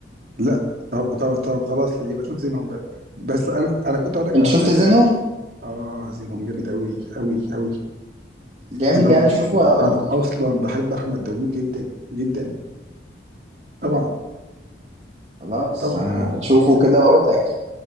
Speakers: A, on the right; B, on the right.
A: لا طب طب طب خلاص ليه يبقى شوف زينهم بقى بس انا انا كنت اقول لك
B: انت
A: على
B: شفت
A: مريم
B: زينهم
A: اه زينهم جامد قوي قوي قوي
B: جامد
A: زينهم
B: يعني اشوفه
A: آه،
B: على
A: انا
B: ضمانتك
A: اصلا بحب احمد داوود جدا جدا طبعا
B: خلاص
A: طبعا
B: آه،
A: يا عم لا
B: شوفه
A: لا، زينهم
B: كده واقول
A: ده
B: لك